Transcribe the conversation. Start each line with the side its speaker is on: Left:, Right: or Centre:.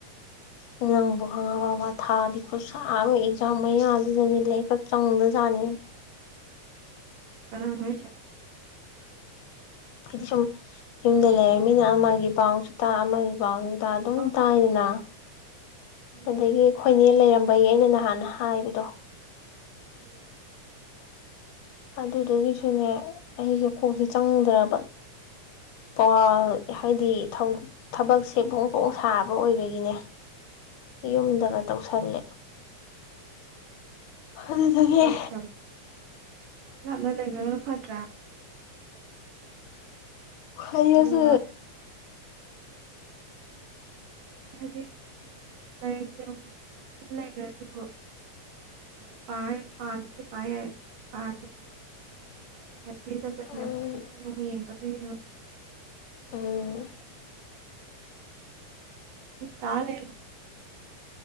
Left: ꯑ ꯅꯪꯕꯨ ꯍꯪꯉ ꯕ ꯊꯥꯗꯤꯀꯣꯠ ꯁꯥꯥ ꯑꯦꯛꯖꯥꯝ ꯃꯌꯥ ꯑꯗꯨꯗꯅꯤ ꯂꯩꯈꯛ ꯆꯪꯗꯖꯥꯠꯅꯤ
Right: ꯀꯅꯥꯅ
Left: ꯍꯥꯏꯗꯤ ꯁꯨꯝ ꯌꯨꯝꯗ ꯂꯩꯔꯕꯃꯤꯅ ꯑꯃꯒꯤ ꯄꯥꯎꯁꯨ ꯇꯥ ꯑꯃꯒꯤ ꯄꯥꯎ ꯇ ꯑꯗꯨꯝ
Right: ꯑꯧ
Left: ꯇꯥꯏꯗꯅ
Right: ꯆꯪꯗꯕꯅꯤ
Left: ꯑꯗꯒꯤ ꯍꯣꯏꯅꯦ ꯂꯩꯔꯝꯕꯒꯤ ꯑꯩꯅ ꯅꯍꯥꯟꯅ ꯍꯥꯏꯕꯗꯣ
Right: ꯎꯝ
Left: ꯑꯗꯨꯗꯨꯒꯤꯁꯨꯅꯦ ꯑꯩꯒꯤ ꯀꯣꯛꯁꯤ ꯆꯪꯨꯗ꯭ꯔꯕ ꯄꯋꯥ ꯍꯥꯏꯗꯤ ꯊꯕꯛꯁꯦ ꯄꯣꯡ ꯄꯣꯡ ꯁꯥꯕ ꯑꯣꯏꯕꯒꯤꯅꯦ
Right: ꯎꯝ
Left: ꯌꯨꯝꯗꯒ
Right: ꯎꯝ
Left: ꯇꯧꯁꯜꯂꯦ ꯑꯗꯨꯗꯒꯤ
Right: ꯆꯥꯡꯗꯝ ꯂꯥꯞꯅ ꯂꯩꯈ꯭ꯔꯒꯅ ꯐꯠꯇ꯭ꯔꯥ
Left: ꯎꯝ ꯍꯁꯨ
Right: ꯑꯗꯨꯒ ꯍꯥꯏꯗꯤ ꯂꯥꯏꯔꯤꯛ ꯂꯩꯈ꯭ꯔꯁꯨ ꯎ ꯄꯌꯦ ꯄꯗꯤ ꯄꯌꯦ ꯄꯥꯇꯦꯕ ꯍꯥꯏꯕꯤ ꯐꯅ
Left: ꯎꯝ
Right: ꯑꯃꯨꯛ ꯈꯤꯇꯪ ꯑꯃꯨꯛ ꯌꯦꯡꯀꯗꯣꯏꯅꯦꯕ
Left: ꯑꯥ
Right: ꯇꯥꯂꯦ